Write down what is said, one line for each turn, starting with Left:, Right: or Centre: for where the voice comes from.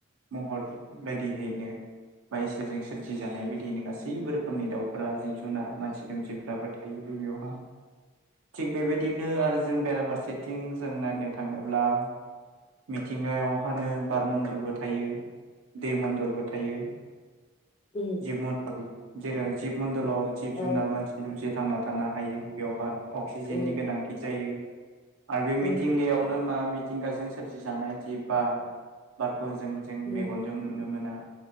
Right: महर बायदिहैनो बा इसोरजों सोरजि जानाय बायदियैनो गासैबो रोखोमनि दाउफोरा जिब जुनार मानसि दोमसिफ्राबो थायो। गिबियाव हा थिग बेबायदिनो आरो जों बेरा फारसेथिं जों नायनो थाङोब्ला मिथिंगायावहानो बार मण्न्दलबो थायो दैमण्डलबो थायो।
Left: उम
Right: जिब मन्दल जेराव जिब मन्दलाव जिब
Left: औ
Right: जुनार मानसि दुमसि थांना थानो हायो बेवहाय अक्सिजेननि
Left: उम
Right: गोनांथि जायो। आरो बे
Left: उम
Right: मिथिंगायावनो मा मिथिंगाजों सोरजिजानाय जि बार बार फोरजों जों
Left: उम
Right: मेगनजों नुनो मोना